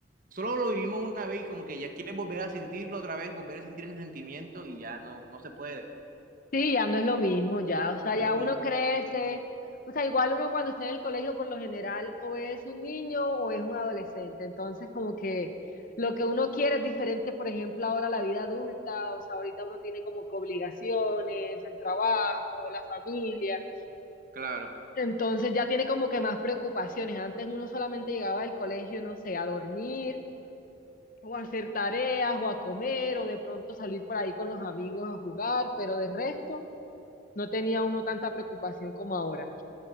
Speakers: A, on the right; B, on the left.
A: solo lo vivimos una vez y como que ya quieres volver a sentirlo otra vez, volver a sentir ese sentimiento y ya no, no se puede.
B: Sí, ya no es lo mismo, ya. O sea,
A: No
B: ya
A: es lo mismo.
B: uno crece. O sea, igual uno cuando está en el colegio, por lo general, o es un niño o es un adolescente. Entonces, como que lo que uno quiere es diferente, por ejemplo, ahora la vida adulta. O sea, ahorita uno tiene como que obligaciones, el trabajo, la familia.
A: Claro.
B: Entonces ya tiene como que más preocupaciones. Antes uno solamente llegaba del colegio, no sé, a dormir o a hacer tareas, o a comer, o de pronto salir por ahí con los amigos a jugar, pero de resto no tenía uno tanta preocupación como ahora.